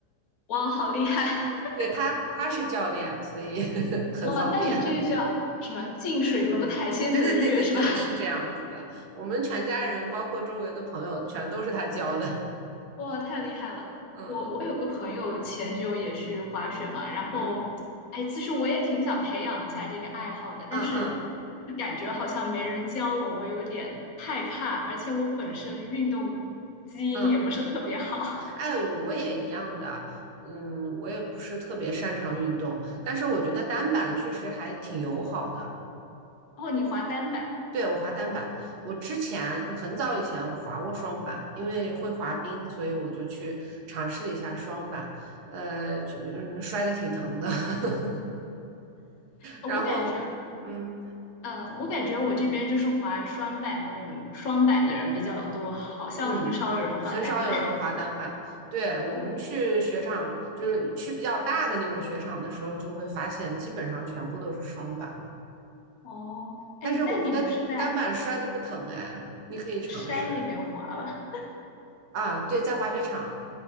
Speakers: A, on the left; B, on the right.
A: 哇，好厉害！
B: <laughs>
A: <laughs>
B: 对他他是教练，所以 <laughs> 很方便。
A: 哇，那你这个叫什么？近水楼台先得月是吧？
B: <laughs> 对对对对对，
A: <laughs>
B: 是这样子的，我们全家人包括周围的朋友全都是他教的，<laughs>
A: 哇，太厉害了！
B: 嗯
A: 我我有个朋友前久也去滑雪嘛，然后，
B: 嗯
A: 哎，其实我也挺想培养一下这个爱好的，
B: 嗯嗯
A: 但是就是感觉好像没人教我，我有点害怕，而且我本身运动基因也不是特别好。
B: 嗯。哎，我也一样的，嗯，我也不是特别擅长运动，但是我觉得单板确实还挺友好的。
A: <laughs> 哦，你滑单板，
B: 对，我滑单板，我之前就很早以前我滑过双板，因为会滑冰，所以我就去尝试了一下双板，呃，就嗯摔得挺疼的。<laughs>
A: 呃我感觉，
B: 然后，嗯
A: 嗯，我感觉我这边就是滑双板的人，双板的人比较多，好像很少有人滑单板。
B: 嗯，很少有人滑单板。
A: <laughs>
B: 对，我们去雪场，
A: 对，
B: 就是去比较大的那种雪场的时候，就会发现基本上全部都是双板。
A: 哦，哎，
B: 但是我觉得单板摔的不疼哎，
A: 那你们是在
B: 你可以尝试
A: 山里面滑吧？
B: 啊。对，在滑雪场，